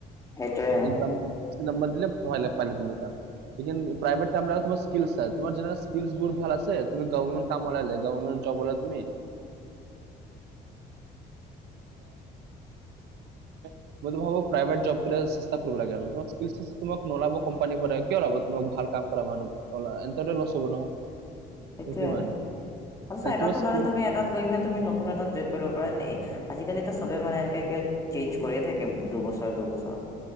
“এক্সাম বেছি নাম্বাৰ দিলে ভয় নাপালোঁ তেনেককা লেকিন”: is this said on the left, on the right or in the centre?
Right